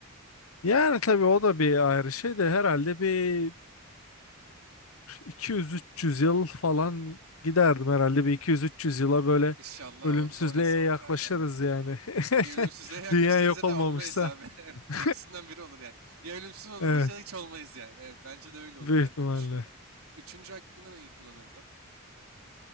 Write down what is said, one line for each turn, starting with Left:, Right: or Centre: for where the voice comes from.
Left: Yani tabii o da bir ayrı şey de herhalde bir 200-300 yıl falan giderdim herhalde bir 200-300 yıla böyle
Right: İnşallah
Left: ölümsüzlüğe
Right: o zaman insan olur
Left: yaklaşırız
Right: abi. <laughs>
Left: yani. <laughs>
Right: Ya ölümsüzlüğe yaklaşırız
Left: Dünya yok
Right: ya
Left: olmamışsa.
Right: da olmayız abi. <laughs> Evet
Left: <laughs>
Right: ikisinden biri olur yani. Ya ölümsüz oluruz
Left: Evet
Right: ya da hiç olmayız yani. Evet bence de öyle olur.
Left: büyük
Right: Ben
Left: ihtimalle.
Right: de öyle düşünüyorum. Üçüncü hakkını neyi kullanırdın?